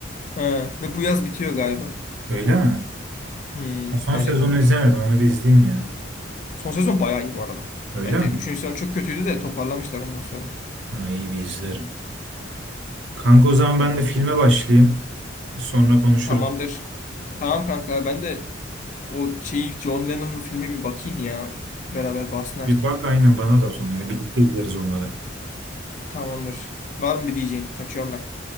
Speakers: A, on the left; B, on the right.
A: Ha. Ve bu yaz bitiyor galiba.
B: Öyle mi?
A: Hmm,
B: Ha, Son
A: final
B: sezonu
A: yapıyormuş.
B: izlemedim. Onu bir izleyeyim ya.
A: Son sezon bayağı iyi bu arada.
B: Öyle
A: Bence.
B: mi?
A: Üçüncü sezon çok kötüydü de toparlamışlar ondan sonra.
B: Ha, iyi bir izlerim. Kanka o zaman ben de filme başlayayım. Sonra konuşuruz.
A: Tamamdır. Tamam kanka ben de o şeyi John Lennon'ın filmi bir bakayım ya. Beraber bahsini açtık.
B: Bir bak aynen bana da at onu ya. Birlikte izleriz onunla
A: Tamamdır. Var mı bir diyeceğin? Kaçıyorum ben.